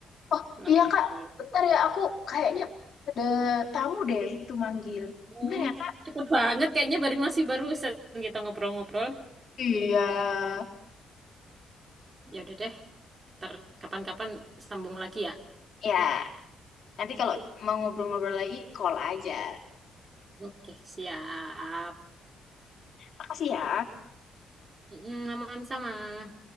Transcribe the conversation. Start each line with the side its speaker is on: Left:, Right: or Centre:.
Left: oh
Right: Namanya
Left: iya kak
Right: sekolah.
Left: bentar ya aku kayaknya ada tamu deh itu manggil
Right: Oh,
Left: bentar ya kak
Right: cepet banget kayaknya baru masih barusan kita ngobrol-ngobrol.
Left: iya
Right: Ya udah deh, ntar kapan-kapan sambung lagi ya.
Left: ya nanti kalau mau ngobrol-ngobrol lagi call aja
Right: Oke, siap.
Left: makasih ya
Right: Mm, aman sama.